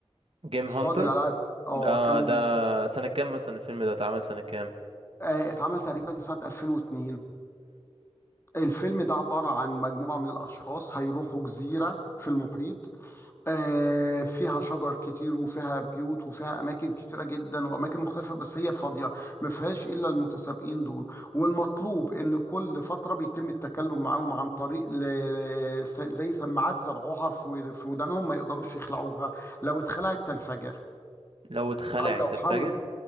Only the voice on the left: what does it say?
صاد الألعاب اه
كانوا
بيج...
آه اتعمل تقريبا سنة 2002 الفيلم ده عبارة عن مجموعة من الأشخاص هيروحوا جزيرة في المحيط آه، فيها شجر كتير وفيها بيوت وفيها أماكن كتيرة جدا وأماكن مختلفة بس هي فاضية ما فيهاش إلا المتسابقين دول والمطلوب إن كل فترة بيتم التكلم معاهم عن طريق ل... ل- س- زي سماعات زرعوها في في ودانهم ما يقدروش يخلعوها لو اتخلعت تنفجر
أو
لو حاول